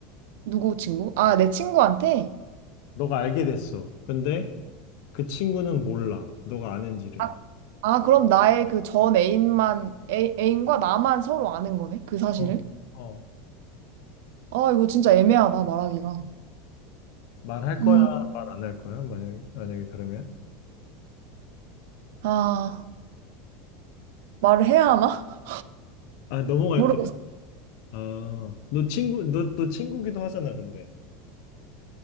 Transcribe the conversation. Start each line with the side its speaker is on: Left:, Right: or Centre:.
Right: 누구 친구? 아, 내 친구한테?
Left: 너가 알게 됐어. 근데 그 친구는 몰라. 너가 아는지를.
Right: 아, 아, 그럼 나의 그 전 애인만, 애, 애인과 나만 서로 아는 거네? 그 사실을?
Left: 어, 어.
Right: 아, 이거 진짜 애매하다, 말하기가.
Left: 말할 거야
Right: 음,
Left: 말 안 할 거야? 만약에 만약에 그러면
Right: 아, 말을 해야 하나?
Left: 아 넘어갈
Right: <laughs> 모르겠어.
Left: 거야? 아너 친구 너 또 친구기도 하잖아 근데.